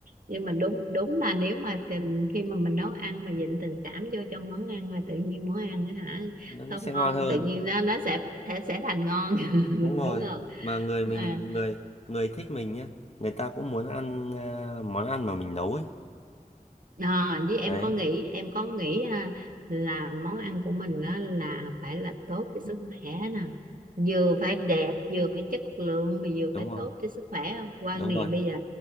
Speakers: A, on the right (about 70°); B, on the left (about 45°).
A: nhưng mà đúng đúng là nếu mà tình khi mà mình nấu ăn mà dịnh tình cảm vô trong món ăn là tự nhiên món ăn á hả
B: Nó, nó
A: không
B: sẽ ngon
A: ngon
B: hơn.
A: tự nhiên nó nó sẽ sẽ, sẽ thành ngon <laughs>
B: Đúng rồi.
A: đúng không
B: Mà người mình
A: à,
B: người người thích mình nhá, người ta cũng muốn ăn à, món ăn mà mình nấu ấy.
A: à, với em
B: Đấy,
A: có nghĩ em có nghĩ à, là món ăn của mình đó là phải là tốt cho sức khỏe nè vừa phải đẹp vừa phải chất lượng mà vừa
B: đúng
A: phải
B: rồi.
A: tốt cho sức khỏe không quan
B: Đúng
A: niệm
B: rồi.
A: bây giờ